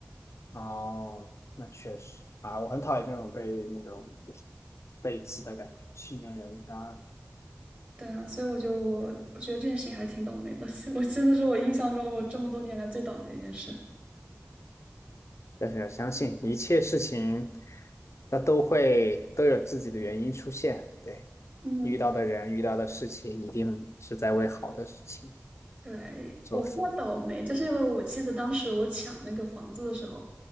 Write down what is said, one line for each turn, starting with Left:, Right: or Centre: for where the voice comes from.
Left: 哦，那确实啊，我很讨厌这种被那种背刺的感觉，信任人当然，
Right: 对啊，所以我觉得我我觉得这件事情还是挺倒霉的，<laughs> 我真的是我印象中我这么多年来最倒霉的一件事。
Left: 但是要相信一切事情，它都会都有自己的原因出现，对，
Right: 嗯，
Left: 遇到的人遇到的事情一定是在为好的事情
Right: 对，
Left: 做付，
Right: 我说倒霉，就是因为我记得当时我抢那个房子的时候，